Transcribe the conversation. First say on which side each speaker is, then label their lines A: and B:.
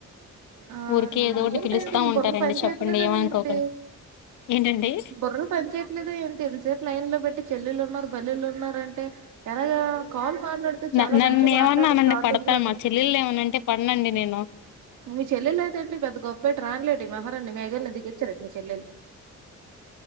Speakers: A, on the right; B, on the left.
A: ఆ
B: ఊరికే
A: నేన్
B: ఏదో ఒకటి పిలుస్తా ఉంటారండి
A: బుర్ర పని చేయట్లేదా
B: చెప్పండి ఏమనుకోకండి
A: ఏంటి
B: ఏంటండి
A: బుర్ర పని చేయట్లేదా ఏంటి ఇంత సేప్ నయం లో పెట్టి చెల్లెళ్ళున్నారు బల్లిలు ఉన్నారంటే ఎలాగా కాల్ మాట్లాడితే చాలా
B: న నన్ను
A: మంచి మాట్లాడు
B: ఏమన్న అనండి
A: స్టార్టింగ్
B: పడతాను
A: లోనే
B: మా చెల్లెళ్ళని ఏమన్నా అంటే పడనండి నేను
A: మీ చెల్లెలు అయితే ఏంటి పెద్ద గొప్పెట్టి రాణిలేంటి మహారాణి మేఘల్ల దిగొచ్చారా మీ చెల్లెలు